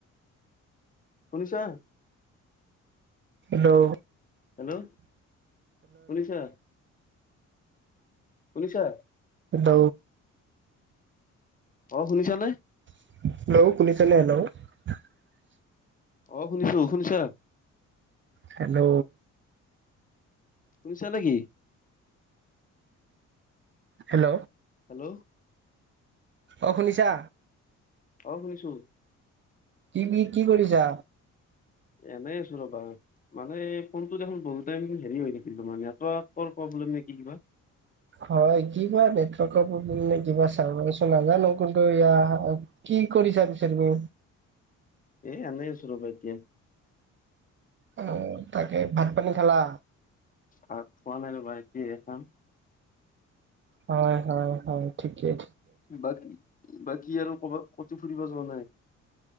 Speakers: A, on the left; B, on the right.
A: শুনিছা
B: আৰু
A: হেল্ল' শুনিছা পুলিচা
B: দ
A: অ' শুনিছানে
B: <unintelligible>
A: অ' শুনিছো শুনিছা।
B: হেল্ল'।
A: শুনিছা নেকি?
B: হেল্ল'।
A: হেল্ল'।
B: অ' শুনিছা?
A: অ' শুনিছো।
B: কি কি কি কৰিছা?
A: এনেই আছো ৰবা। মানে ফোনটো দেখোন বলতে হেৰি হৈ থাকিলো মানেহ ব নে কি কিবা
B: হয় কিবা নেটৱৰ্ক প্ৰব্লেম ন কিবা চাৰভাৰ ইচু নাজানো কিন্তু কি কৰিছা বিচাৰিবো
A: এ, এনেছো ৰবা পাইতিয়া
B: আহ তাকে ভাত পানী খালা
A: ভাত খোৱা নাই ৰ'বা কি খাম
B: হয়-হয়-হয় ঠিকেই।
A: বাকী আৰু কত ফুৰিব যোৱা নাই।